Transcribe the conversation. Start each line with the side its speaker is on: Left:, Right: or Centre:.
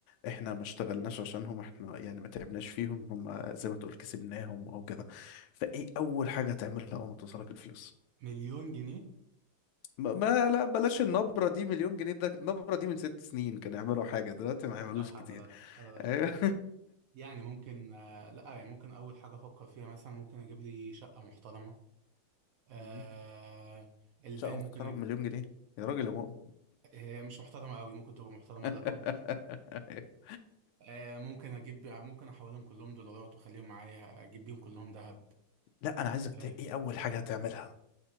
Left: احنا ما اشتغلناش عشانهم احنا يعني ما تعبناش فيهم هم زي ما تقول كسبناهم او كده فايه اول حاجة تعملها اول ما توصلك الفلوس
Right: مليون جنيه
Left: ما ما- لا بلاش النبرة دي مليون جنيه ده النبرة دي من ست سنين كانوا يعملوا حاجة دلوقتي ما يعملوش
Right: صح
Left: كتير
Right: على رايك على رايك
Left: أيوة.
Right: يعني ممكن آه لا يعني ممكن اول حاجه افكر فيها مثلا ممكن اجيب لي شقه محترمه آه
Left: <laughs>
Right: الباقي
Left: شقة محترمة
Right: ممكن أج...
Left: مليون جنيه يا راجل يا مؤمن
Right: هي مش محترمه قوي ممكن تبقى محترمه
Left: <laughs>
Right: الا ربع آه ممكن اجيب ممكن احولهم كلهم دولارات واخليهم معايا اجيب بيهم كلهم ذهب
Left: لا انا عايزك ت...
Right: آه
Left: ايه اول حاجة هتعملها